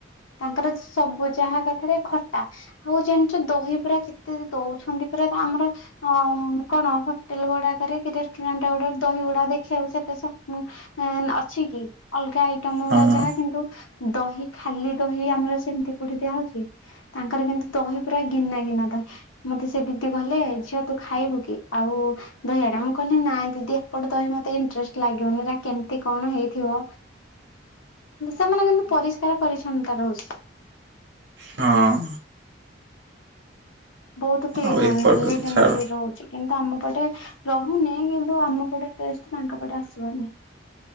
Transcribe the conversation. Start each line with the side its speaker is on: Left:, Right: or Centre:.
Left: ତାଙ୍କର ସବୁ ଯାହା କରିଥିବେ ଖଟା ଆଉ ଜାଣିଛୁ ଦହି ପୁରା କେ ଯେ ଦଉଛନ୍ତି ପୁରା ତ ଆମର ହଁ କଣ ହୋଟେଲ୍ ଗୁଡ଼ାକରେ କି ରେଷ୍ଟୁରାଣ୍ଟ ଗୁଡ଼ାକ ଦହି ଗୁଡ଼ା ଦେଖିବାକୁ ସେତେ ସ ହଁ ଅଛି କି ଅଲଗା ଆଇଟମ୍ ଗୁଡ଼ା
Right: ହଁ
Left: ଯାହା କିନ୍ତୁ - ଦହି ଖାଲି ଦହି ଆମର ସେମିତି କୋଉଠି ଦିଆହଉଛି? ତାଙ୍କର କିନ୍ତୁ ଦହି ପୁରା ଗିନା ଗିନା ତ ମତେ ସେ ଦିଦି କହିଲ ଝିଅ ତୁ ଖାଇବୁ କି ଆଉ? ଦହିଅଡା ମୁଁ କହିଲି ନାଇଁ ଦିଦି ଏପଟେ ଦହି ମୋତେ ଇଣ୍ଟରେଷ୍ଟ ଲାଗିବନି ସେଗୁଡ଼ା କେମତି କଣ ହେଇଥିବ। ସେମାନେ କିନ୍ତୁ ପରିଷ୍କାର ପରିଚ୍ଛନ୍ନତା ରହୁଛି।
Right: ହଁ
Left: ବହୁତ କ୍ଲିନ୍
Right: ଆଉ ଏପଟରେ
Left: ନିଟ ଆଣ୍ଡ୍
Right: ଛାଡ
Left: କ୍ଲିନ୍ ରହୁଛି। କିନ୍ତୁ ଆମ ପଟେ ରହୁନି କିନ୍ତୁ ଆମ ପଟେ ଟେଷ୍ଟ ତାଙ୍କ ପଟେ ଆସିବନି।